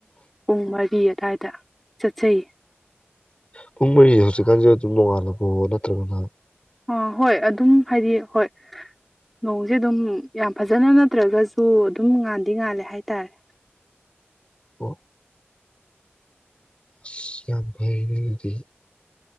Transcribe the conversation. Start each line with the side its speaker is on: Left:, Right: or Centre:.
Centre: ꯄꯨꯡ ꯃꯔꯤ ꯑꯗꯥꯢꯗ ꯆꯠꯆꯩꯌꯦ
Left: ꯄꯨꯡ ꯃꯔꯤꯗꯣ ꯍꯧꯖꯤꯛꯀꯥꯟꯖꯦ ꯑꯗꯨꯝ ꯅꯨꯡꯉꯥꯜꯂꯕꯣ ꯅꯠꯇ꯭ꯔꯒꯅ
Centre: ꯑꯥ ꯍꯣꯏ ꯑꯗꯨꯝ ꯍꯥꯏꯗꯤ ꯍꯣꯏ ꯅꯣꯡꯁꯦ ꯑꯗꯨꯝ ꯌꯥꯝ ꯐꯖꯅ ꯅꯠꯇ꯭ꯔꯒꯁꯨ ꯑꯗꯨꯝ ꯉꯥꯟꯗꯤ ꯉꯥꯜꯂꯦ ꯍꯥꯏꯇꯥꯔꯦ
Left: ꯑꯣ ꯑꯁ ꯌꯥꯝ ꯐꯥꯅꯦ ꯑꯗꯨꯗꯤ